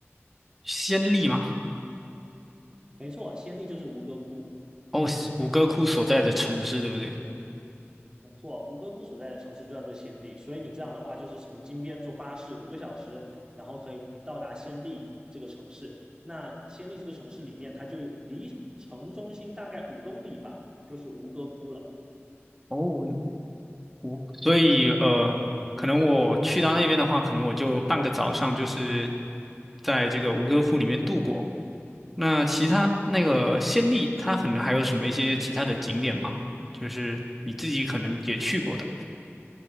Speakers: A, in the centre; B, on the right (about 20°).
A: 先例吗？
B: 没错，仙丽就是吴哥窟，
A: 哦，五哥窟所在的城市，对不对？
B: 没错，吴哥窟所在的城市就叫做仙丽，所以你这样的话就是从金边坐巴士五个小时，然后可以到达仙丽这个城市。那仙丽这个城市里面，它就离城中心大概五公里吧，就是吴哥窟了。
A: 哦。我所以呃，可能我去到那边的话，可能我就半个早上就是在这个吴哥窟里面度过。那其他那个暹粒，它可能还有什么一些其他的景点吗？就是你自己可能也去过的，